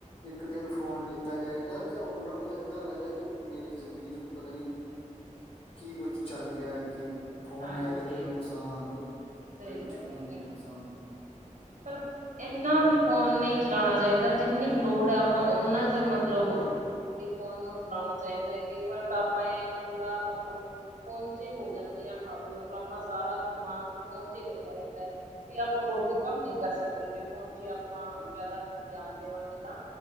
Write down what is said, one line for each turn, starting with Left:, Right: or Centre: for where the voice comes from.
Left: ਇੱਕ ਦਿਨ ਫੋਨ ਤਾ ਜਾਏ ਨਾ ਤੇ ਓਨਾ ਨੂੰ ਇਦਾਂ ਲੱਗਦਾ ਕਿ ਮੇਰੀ ਜ਼ਿੰਦਗੀ ਚੋਂ ਪਤਾ ਨੀ ਕੀ ਕੁੱਛ ਚੱਲ ਗਯਾ। ਕਿ ਫੋਨ
Right: ਹਾਂਜੀ
Left: ਆਏਗਾ ਤੇ ਓਨੂੰ ਸਾਹ ਆਨਗੇ,
Right: ਸਹੀ
Left: ਬੜੀ ਮੁਸ਼ਕਿਲ
Right: ਗੱਲ ਹੈ
Left: ਹੁੰਦੀ
Right: ਜੀ।
Left: ਐ ਇਨਸਾਨ ਦੀ।
Right: ਪਰ ਏਨਾ ਵੀ ਫੋਨ ਨਈਂ ਚਲਾਣਾ ਚਾਈਂਦਾ, ਜਿੰਨੀ ਕਿ ਲੋੜ ਐ ਆਪਾਂ ਨੂੰ ਓਨਾ ਕੁ ਮਤਲਬ ਵੀ ਫੋਨ ਨੂੰ ਚਲਾਣਾ ਚਾਈਦੈ, ਕਈ ਵਾਰ ਤਾਂ ਆਪਾਂ ਐ ਪੂਰਾ ਮਤਲਬ ਫੋਨ ਚ ਈ ਹੋ ਜਾਂਨੇਆਂ, ਹਾਵੇ ਮਤਲਬ ਅਪਨਾ ਸਾਰਾ ਦਿਮਾਗ ਫੋਨ ਚ ਈਂ ਲੱਗੇਆ ਰੈਂਦੈ। ਤੇ ਆਪਾਂ ਹੋਰ ਕੋਈ ਕੰਮ ਨੀਂ ਕਰ ਸਕਦੇ ਜੇ ਫੋਨ ਚ ਆਪਾਂ ਜਾਦਾ ਧਿਆਨ ਦੇਵਾਂਗੇ ਤਾਂ।